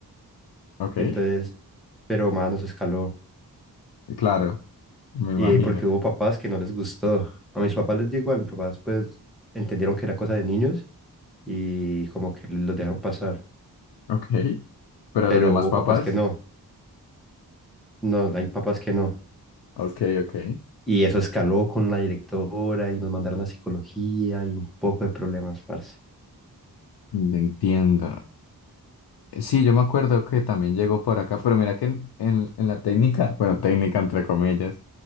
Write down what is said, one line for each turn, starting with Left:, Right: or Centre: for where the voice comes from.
Left: Ok,
Centre: Entonces, pero mano se escaló.
Left: claro, me imagino.
Centre: Y porque hubo papás que no les gustó. A mis papás les dio igual, mis papás pues entendieron que era cosa de niños y como que los dejaron pasar,
Left: Ok, pero
Centre: pero
Left: los demás
Centre: hubo
Left: papás,
Centre: papás que no, no, hay papás que no.
Left: ok, ok.
Centre: Y eso escaló con la directora y nos mandaron a psicología y un poco de problemas, parce.
Left: Entiendo. Sí, yo me acuerdo que también llegó por acá, pero mira que en, en- en la técnica, bueno, técnica entre comillas,